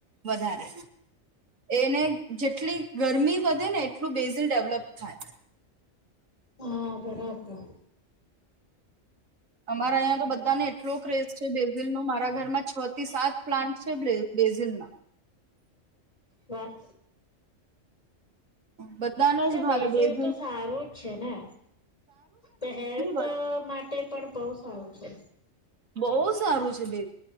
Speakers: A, on the right; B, on the left.
A: વધારે એને જેટલી ગરમી વધે ને એટલું બેઝિલ ડેવલપ થાય,
B: હા, બરાબર
A: અમારા અહં તો બધાને એટલો ક્રેઝ છે, બેઝિલ નો મારા ઘરમાં છ થી સાત પ્લાન્ટ છેઝ બેઝલમાં
B: વાહ
A: બધાને
B: જો
A: જ ભાવે
B: બેસી
A: બેેજ
B: તો સારું જ છે ને તો હેલ્થ
A: વસ્તુ
B: માટે પણ બહ સારું છે,
A: બહુ સારું છે, બે